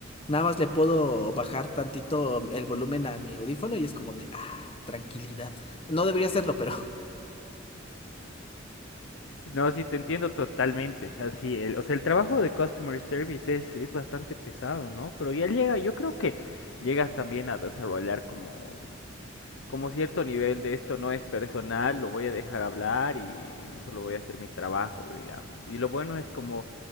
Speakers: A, on the left; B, on the left.
A: nada más le puedo bajar tantito el volumen a mi audífono y es como de, ah, tranquilidad. No debería hacerlo, pero...
B: No, sí, te entiendo totalmente. Así, el, o sea, el trabajo de customer service es, es bastante pesado, ¿no? Pero ya llega, yo creo que llegas también a desarrollar como como cierto nivel de esto no es personal, lo voy a dejar hablar y solo voy a hacer mi trabajo, digamos. Y lo bueno es como,